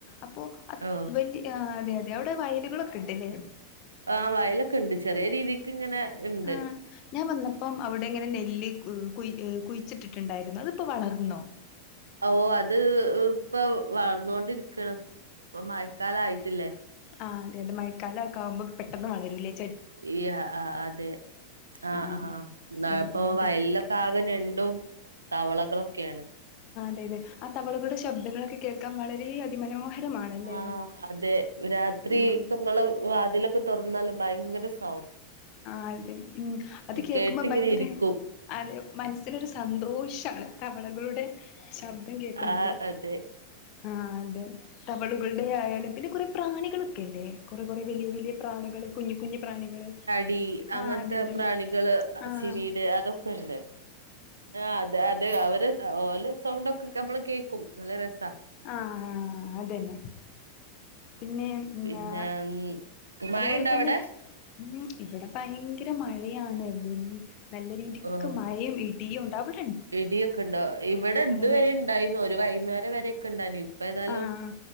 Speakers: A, on the left; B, on the right.
A: അപ്പോ അ
B: ആഹ്
A: വെല് ആ അതെ അതെ അവിടെ വയലുളൊക്കെണ്ട്ല്ലേ?
B: ആ വയലൊക്കെണ്ട് ചെറിയ രീതിക്ക്ങ്ങനെ ഇണ്ട്.
A: ആഹ് ഞാൻ വന്നപ്പം അവിടെങ്ങനെ നെല്ല് ഉ കുഴി കുഴിച്ചിട്ടിട്ടുണ്ടായിരുന്നു അതിപ്പോ വളർന്നോ?
B: ഓ അത് ഇപ്പൊ വളർന്നൊണ്ടിരിക്ക്ണ് ഇപ്പൊ മയക്കാലായിട്ടില്ലേ.
A: ആ അതെ തെ മഴക്കാലൊക്കാകുമ്പോ പെട്ടെന്ന് വളരൂല്ലേ?
B: ഈ ആ ആ അതെ ആ
A: ആഹ്
B: ആ അ ന്നാകപ്പോ
A: ഉം അതെ
B: വയലിലൊക്കാകെ ഞ ണ്ടും തവളകളൊക്കേണ്.
A: തെ ആ തവളകുടെ ശബ്ദങ്ങളൊക്കെ കേൾക്കാൻ വളരെ അതിമനോഹരമാണല്ലേ?
B: ആഹ് അതെ രാത്രി
A: ഉം
B: ഒക്കെ ങ്ങള് വാതിലൊക്കെ തൊർന്നാല് ഭയങ്കര സ്
A: ആ അതെ ഉം അത് കേൾക്കുമ്പോ
B: കേട്ടിങ്ങനെ
A: ഭയങ്കര
B: ഇരിക്കും
A: അതെ മനസ്സിനൊരു സന്തോഷാണ് തവ ളകളുടെ ശബ്ദം കേക്കുന്നത്.
B: ആഹ് അതെ
A: ആ അതെ തവളുകൾടെ യായാലും പിന്നെ കൊറെ പ്രാണികളൊക്കെല്ലേ? കൊറേ കൊറേ വലിയ വലിയ പ്രാണികള് കുഞ്ഞു കുഞ്ഞു പ്രാണികള്.
B: ടീ അങ്ങൻത്തെ
A: ആഹ് അതെ അതെ
B: പ്രാണികള്
A: ആഹ്
B: ചിവീട് അതൊക്കെണ്ട്. ആ അതെ അതെ അവര് ഓല സൗണ്ടൊക്കെ കെ നമ്മള് കേക്കും നല്ല രസ.
A: ആഹ ആ അതന്നെ. പിന്നെ ന്നാ
B: പിന്നെ മഴണ്ടോ
A: അതുപോലെ തന്നെ
B: അവിടെ
A: മ് ഇവിടെ ഭയങ്കര മഴയാണ്, വ് നല്ല രീതിക്ക്
B: ഓഹ്
A: മഴയും ഇ യ്യുണ്ട അവ്
B: ഇടിയൊക്കെണ്ടോ ഇവിടെ ഇതുവരെ
A: അതെ
B: ഉണ്ടയ്ന്നു, ഒരു വൈന്നേരം വരൊക്കെണ്ടയ്നു, ഇ പ്പ ഏതായാലും
A: ആഹ്